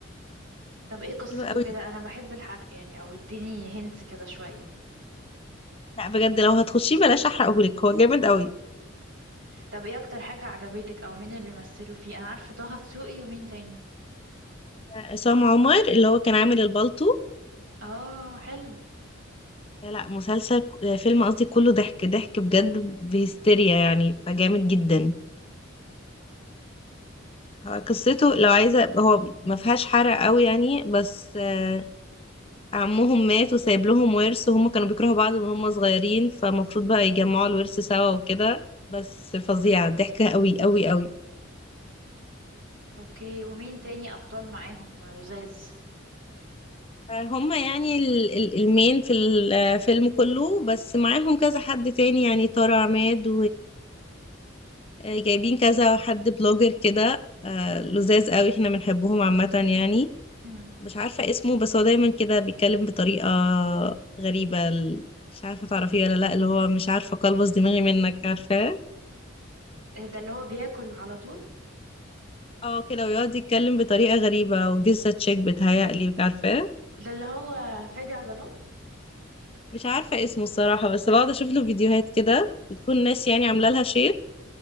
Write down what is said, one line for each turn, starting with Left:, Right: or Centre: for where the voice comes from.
Right: طب ايه قصته
Left: حلو قوي
Right: كده انا بحب الحرق يعني او اديني هنت كده شوية
Left: لا بجد لو هتخشيه بلاش احرقهولك هو جامد قوي
Right: طب ايه اكتر حاجة عجبتك او مين اللي بيمثلوا فيه انا عارفة طه دسوقي ومين تاني
Left: آه، عصام عمر اللي هو كان عامل البالتو
Right: اه حلو
Left: لا مسلسل آه، فيلم قصدي كله ضحك ضحك بجد بهستيريا يعني فجامد جدا هو قصته لو عايزة هو ما فيهاش حرق قوي يعني بس آه، عمهم مات وسايب لهم ورث وهم كانوا بيكرهوا بعض من هم صغيرين فمفروض بقى يجمعوا الورث سوا وكده بس فظيعة ضحكة قوي قوي قوي
Right: اوكي ومين تاني ابطال معاهم لزاز
Left: آه، هم يعني ال- ال- المين في الفيلم كله بس معاهم كذا حد تاني يعني تارة عماد وجايبين كذا حد بلوجر كده آه، لذاذ قوي احنا بنحبهم عامة يعني
Right: مم.
Left: مش عارفة اسمه بس هو دايما كده بيتكلم بطريقة غريبة ال- مش عارفة تعرفيه ولا لا اللي هو مش عارفة قلبص دماغي منك عارفة
Right: إيه ده اللي هو بياكل على طول
Left: اه كده ويقعد يتكلم بطريقة غريبة وجزة تشيك بتهيألي مش عارفة
Right: ده اللي هو فادي عضلات
Left: مش عارفة اسمه الصراحة بس بقعد اشوف له فيديوهات كده بتكون
Right: مم.
Left: ناس يعني عاملة لها شير